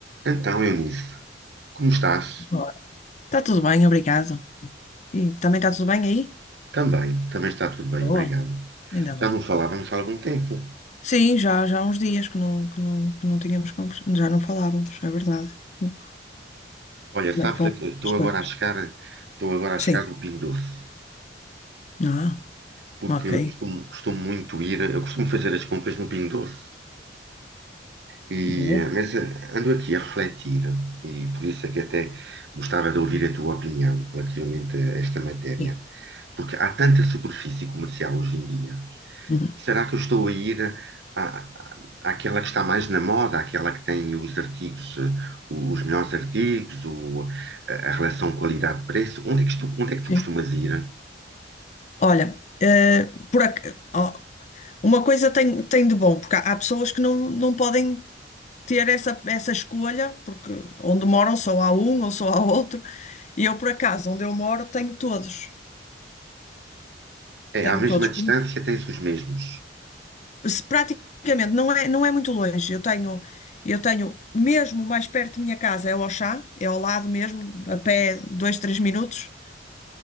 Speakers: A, on the right; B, on the left.
A: Então, Eunice, como estás?
B: Olá. Está tudo bem, obrigado. E também está tudo bem aí?
A: Também, também está tudo bem,
B: Boa,
A: obrigado.
B: ainda bem.
A: Já não falávamos há algum tempo.
B: Sim, já, já há uns dias que não, que não, que não tínhamos conversado, já não falávamos, é verdade. Como
A: Olha, sabes,
B: é que vão
A: estou
B: as coisas?
A: agora a chegar, estou agora a
B: Sim.
A: chegar no Pingo Doce,
B: Ah,
A: porque
B: ok.
A: eu costumo, costumo muito ir, eu costumo fazer as compras no Pingo Doce. E,
B: Boa.
A: eh, mas eh, ando aqui a refletir, e por isso é que até gostava de ouvir a tua opinião relativamente a esta matéria,
B: Sim.
A: porque há tanta superfície comercial hoje em dia,
B: Uhum.
A: Será que eu estou a ir à, à- àquela que está mais na moda, àquela que tem os artigos, eh, os melhores artigos, o- a a relação qualidade-preço? Onde é que estou, onde é que
B: Sim.
A: tu costumas ir?
B: Olha, eh, por ac- ó, uma coisa tem, tem de bom, porque há, há pessoas que não, não podem ter essa, essa escolha, porque onde moram só há um ou só há outro, e eu, por acaso, onde eu moro, tenho todos.
A: É,
B: Tenho
A: à mesma
B: todos.
A: distância tens os mesmos.
B: se praticamente não é, não é muito longe. Eu tenho, eu tenho mesmo mais perto de minha casa é o Auchan, é ao lado mesmo, a pé dois, três minutos.